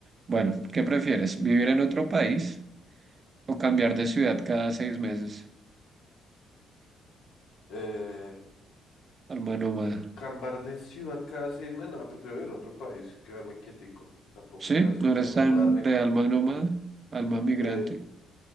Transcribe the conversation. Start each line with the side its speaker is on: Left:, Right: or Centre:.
Right: Bueno, ¿qué prefieres? ¿Vivir en otro país o cambiar de ciudad cada seis meses?
Left: Eh,
Right: Alma nómada.
Left: cambiar de ciudad cada seis meses. No, prefiero ir a otro país, quedarme quietico. Tampoco
Right: Sí,
Left: cada seis
Right: no
Left: meses
Right: eres
Left: mudarme
Right: tan de
Left: con...
Right: alma nómada, alma migrante.
Left: eh,